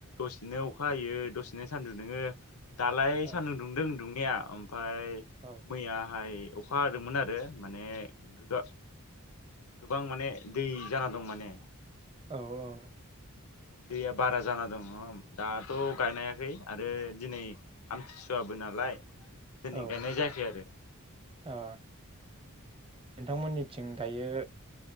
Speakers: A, on the left; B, on the right.
A: दसेनो अखा हायो दसेनो सान्दुं दुङो। दालाय
B: औ
A: सान्दुं दुंदों दुंनाया ओमफ्राय
B: औ
A: मैयाहाय अखा हादोंमोन आरो माने गोबा गोबां माने दै जाना दं माने।
B: औ औ।
A: दैया बारा जाना दङ दाथ' गायनो हायाखै आरो दिनै आमथिसुवाबो नालाय। दोनै
B: औ
A: गायनाय जायाखै आरो।
B: ओ नोंथांमोननिथिं दायो